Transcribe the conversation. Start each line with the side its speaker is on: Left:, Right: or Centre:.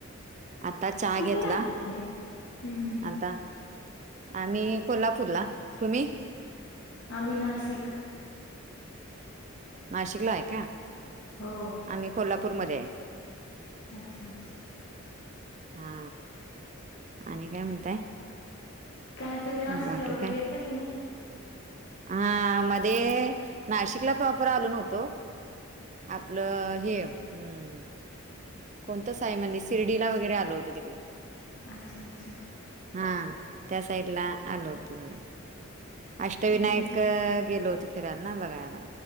Right: आता चहा
Left: कुठे
Right: घेतला
Left: राहता तुम्ही हम्म
Right: आता आम्ही कोल्हापूरला तुम्ही?
Left: आम्ही नाशिक.
Right: नाशिकला आहे का
Left: हो
Right: आम्ही कोल्हापूरमध्ये आहे.
Left: अच्छा अच्छा.
Right: हा आणि काय म्हणताय?
Left: काय तुम्ही नाशिकला
Right: बाकी
Left: वगैरे
Right: काय
Left: येता की नाही?
Right: हा मध्ये नाशिकला प्रॉपर आलो नव्हतो आपलं हे हम्म कोणतं साई मंदि शिर्डीला वगैरे आलं होतं तिकंड.
Left: अच्छा अच्छा.
Right: हा त्या साइड ला आलो होतो थोडं. अष्टविनायक
Left: हम्म हम्म.
Right: गेलो होतो फिरायला ना बघायला.